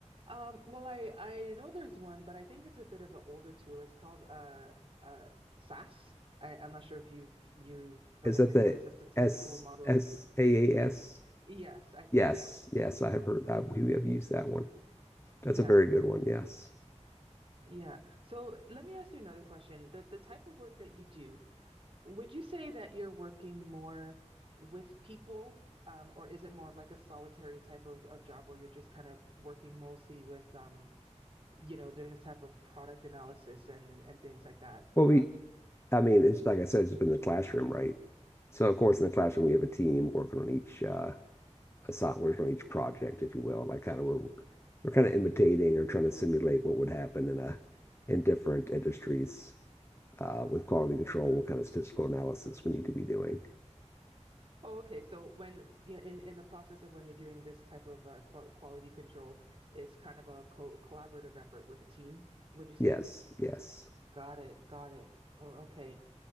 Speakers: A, on the right; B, on the left.
A: Um, well, I I know there's one, but I think it's a bit of an older tool. It's called uh uh SAS. I, I'm not sure if you've you've heard
B: Is
A: of
B: that
A: it,
B: the
A: but it's a statistical
B: S
A: modeling.
B: S A A S?
A: Yes, I think
B: Yes,
A: so.
B: yes, I have heard that. We have used that one. That's
A: Yeah,
B: a very good one. Yes.
A: yeah. So let me ask you another question. The the type of work that you do, would you say that you're working more with people, um, or is it more of like a solitary type of, of job where you're just kind of working mostly with um, you know, doing this type of product analysis and and things like that?
B: Well,
A: Um,
B: we, I mean, it's like I said, it's been the classroom, right? So of course, in the classroom, we have a team working on each uh, softwares on each project, if you will. Like kind of we're we're kind of imitating or trying to simulate what would happen in a in different industries uh, with quality control, what kind of statistical analysis we need to be doing.
A: Oh, okay. So when yeah, in in the process of when you're doing this type of uh, qual quality control, it's kind of a co collaborative effort with a team, would you say?
B: Yes. Yes.
A: Got it. Got it. Oh, okay.